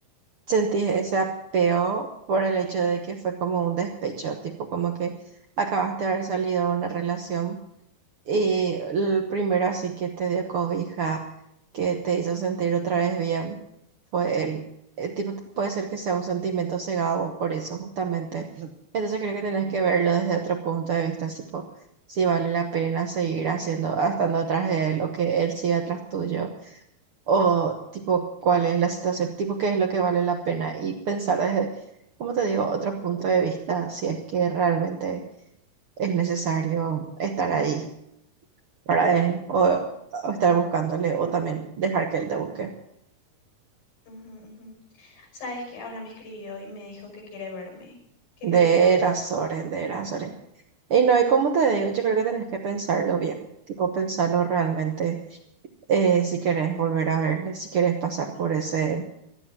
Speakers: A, on the right (about 60°); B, on the left (about 85°).
A: Sentí ese apeo por el hecho de que fue como un despecho, tipo como que acabaste de haber salido de una relación y el primero así que te dio cobija, que te hizo sentir otra vez bien, fue él. Eh, tipo, puede ser que sea un sentimiento cegado por eso justamente. Ujú. Entonces creo que tenés que verlo desde otro punto de vista, tipo, si vale la pena seguir haciendo, estando atrás de él o que él siga atrás tuyo o tipo cuál es la situación, tipo qué es lo que vale la pena y pensar desde, como te digo, otro punto de vista, si es que realmente es necesario estar ahí para él o, o estar buscándole o también dejar que él te busque.
B: Ujú, ujú. Sabes que ahora me escribió y me dijo que quiere verme. ¿Qué
A: De
B: le digo?
A: Erasores, de Erasores. Y no, y como te digo, yo creo que tenés que pensarlo bien, tipo pensarlo realmente, eh, si querés volver a verle, si querés pasar por ese